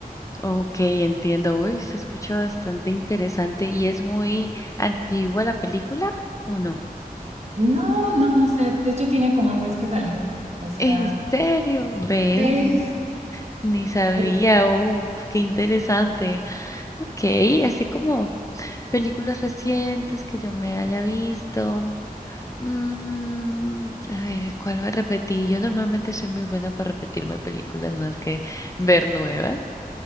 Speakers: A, on the left; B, on the right.
A: Ok, entiendo. Uy, se escucha bastante interesante y es muy antigua la película, ¿o no?
B: No, no, o sea, de hecho tiene como un mes que salió, o sea,
A: ¿En serio? Ve,
B: sé
A: mm, ni sabía.
B: del
A: Oh, qué interesante. Ok, así como películas recientes que yo me haya visto. Mm, a ver, ¿cuál me repetí? Yo normalmente soy muy buena para repetirme películas más que ver nuevas.